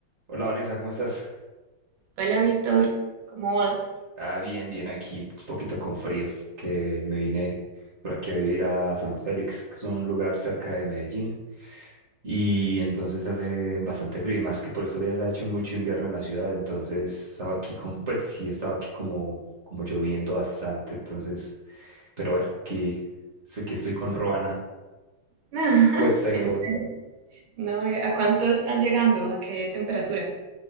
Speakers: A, on the right; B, on the right.
A: Hola Vanessa, ¿cómo estás?
B: Hola Víctor, ¿cómo vas? <laughs>
A: Ah, bien, bien, aquí un poquito con frío, que me vine por aquí a vivir a San Félix, que es un lugar cerca de Medellín, y entonces hace bastante frío, y más que por estos días ha hecho mucho invierno en la ciudad, entonces estaba aquí con, pues sí, estaba aquí como, como lloviendo bastante, entonces, pero bueno, aquí, estoy- aquí estoy con Roana
B: No,
A: puesta y
B: en
A: todo.
B: serio, no, ¿a cuánto están llegando? ¿A qué temperatura?